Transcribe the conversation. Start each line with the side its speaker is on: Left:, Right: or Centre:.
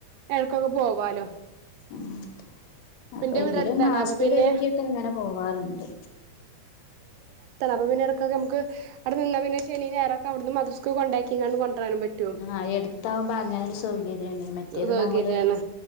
Right: എടക്കൊക്കെ പോവാലോ
Left: ഉഹ <unintelligible> അപ്പ
Right: ഇന്റെ
Left: എങ്കിലും
Right: വീട് അടുത്താണ്
Left: മാസത്തിലൊരിക്കൊക്കെ
Right: അപ്പൊ പിന്നെ
Left: അങ്ങനെ പോവാറ്ണ്ട്
Right: അപ്പ പിന്നെടക്കൊക്ക നമ്ക്ക് അവിടെ നിന്നാപിന്നെ ശനിം ഞായറൊക്കെ അവടന്ന് മദ്രസ്ക്ക് കൊണ്ടാക്കിങ്ങാണ്ട് കൊണ്ടരാനും പറ്റും
Left: ആ എടുത്താവുമ്പോ അങ്ങനൊരു സൗകര്യണ്ട് മറ്റേത്
Right: സൗകര്യാണ്
Left: നമ്മള്